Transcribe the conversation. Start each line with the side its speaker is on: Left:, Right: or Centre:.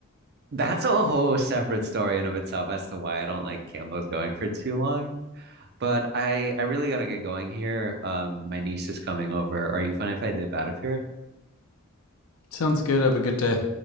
Right: That's a whole separate story in of itself as to why I don't like Campbell's going for too long. But I I really gotta get going here. Um, my niece is coming over. Are you fine if I dip out of here?
Left: Sounds good. Have a good day.